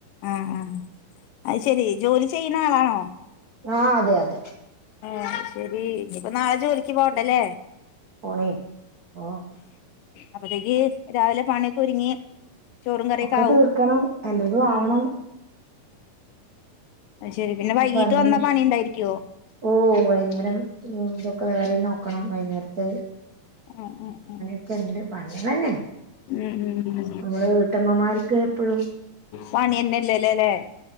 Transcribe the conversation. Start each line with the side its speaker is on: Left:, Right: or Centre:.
Left: ആഹ ആ അത് ശരി ജോലി ചെയ്യുന്ന ആളാണോ?
Right: ആഹ് അതെ യതെ.
Left: ആ ശെരി ഇനിപ്പോ നാളെ ജോലിക്ക് പോവണ്ടലേ
Right: പോണേ പൊ
Left: അപ്പത്തേക്ക് രാവിലെ പണിക്കെ ഒരുങ്ങി. ചോറും കറിക്കെ
Right: ഒക്കെ
Left: ആവും
Right: തീർക്കണം എല്ലതും
Left: ഉം
Right: ആവണം
Left: അഹ് ശരി പിന്നെ
Right: പ്പൊ
Left: വൈകീട്ട്
Right: പണിയെന്നെ
Left: വന്നാ പണി ഇണ്ടായിരിക്കുവോ
Right: ഓ വൈന്നേരം ഇതൊക്കെ വേറിംനോക്കണം വൈന്നേര്ത്ത്.
Left: ഉ ഉ ഉം
Right: ക്കെണ്ട് പണിളെന്നെ
Left: ഉം ഉം
Right: നമ്മള് വീട്ടമ്മമാർക്ക് എപ്പഴും
Left: പണിന്നെല്ലെല്ലലേ